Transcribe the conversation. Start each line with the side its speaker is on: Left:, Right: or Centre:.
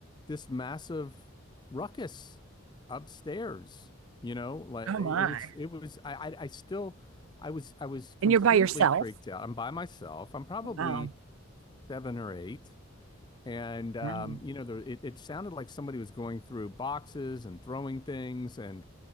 Left: this massive ruckus upstairs. You know, like
Right: Oh Okay.
Left: it
Right: my.
Left: was, it was, I, I, I still, I was, I was completely
Right: And you're by yourself?
Left: freaked out. I'm by myself. I'm probably
Right: Wow.
Left: seven or eight. And, um,
Right: Wow.
Left: you know, there, it, it sounded like somebody was going through boxes and throwing things and,